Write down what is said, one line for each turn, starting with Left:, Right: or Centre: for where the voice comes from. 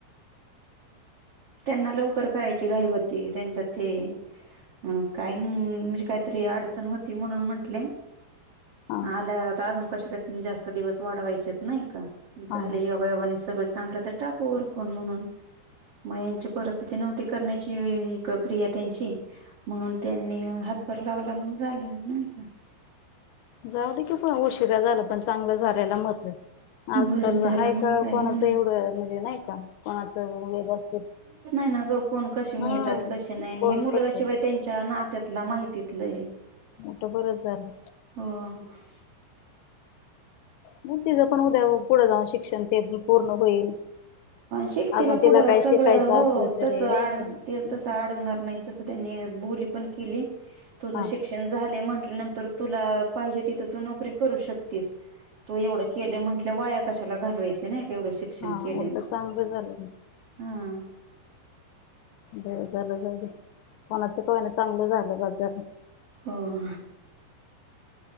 Right: त्यांना लोक लवकर करायची घाई होती त्यांच्यात ते अ काय म्हणजे काहीतरी अडचण होती म्हणून म्हंटले
Left: हा
Right: आल्यात अजून कशाला जास्त दिवस वाढवायचेत नाही का?
Left: हा
Right: झाले
Left: हा.
Right: योगायोगाने सगळं चांगलं तर टाकू उरकून म्हणून मग यांची परिस्थिती नव्हती करण्याची प्रिया त्यांची म्हणून त्यांनी हातभर लावला मग झालं नाही का?
Left: जाऊ दे की पण उशिरा झाला पण चांगलं झाल्याला महत्व आहे. आजकाल
Right: बरं झालं
Left: आहे
Right: मग
Left: का
Right: काय
Left: कोणाचं
Right: हो ना.
Left: एवढं म्हणजे नाही का कोणाचं व्यवस्थित
Right: हो ना गं कोण कसे मिळतात
Left: हम्म
Right: कसे नाही
Left: कोण
Right: हे मुलगा
Left: कसं
Right: शिवाय त्यांच्या नात्यातला माहितीतला आहे.
Left: मग तर बरं झालं.
Right: हो
Left: मग तिचं पण उद्या पुढं जाऊन शिक्षण ते पूर्ण होईल.
Right: शिकवतिल तिला
Left: अजून
Right: पुढं
Left: काय
Right: सगळं
Left: शिकायचं
Right: हो
Left: असलं तरी
Right: तसं
Left: आहे
Right: आड
Left: का नाही.
Right: ते तसं अडवणार नाही. तसं त्यांनी बोली पण केली तुझं
Left: हा
Right: शिक्षण झालंय म्हटल्यानंतर तुला पाहिजे तिथं तु नोकरी करू शकतेस. तु एवढं केले म्हटलं वाया कशाला घालवायचं नाही का एवढं शिक्षण
Left: हा
Right: केलं
Left: उलट चांगलं झालं म
Right: हा.
Left: बरं झालं जाऊ द्या कोणाच का होईना चांगलं झालं बाज झालं
Right: होय